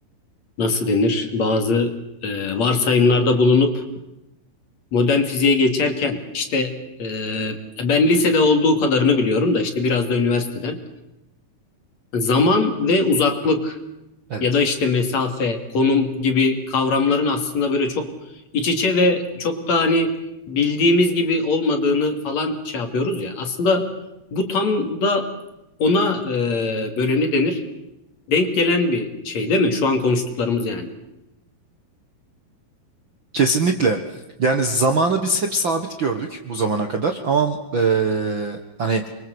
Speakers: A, on the left; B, on the right.
A: nasıl denir? Bazı e, varsayımlarda bulunup modern fiziğe geçerken işte e, ben lisede olduğu kadarını biliyorum da işte biraz da üniversiteden zaman ve uzaklık
B: Evet.
A: ya da işte mesafe, konum gibi kavramların aslında böyle çok iç içe ve çok da hani bildiğimiz gibi olmadığını falan şey yapıyoruz ya. Aslında bu tam da ona e, böyle ne denir? Denk gelen bir şey değil mi? Şu an konuştuklarımız yani.
B: Kesinlikle. Yani zamanı biz hep sabit gördük bu zamana kadar ama eee, hani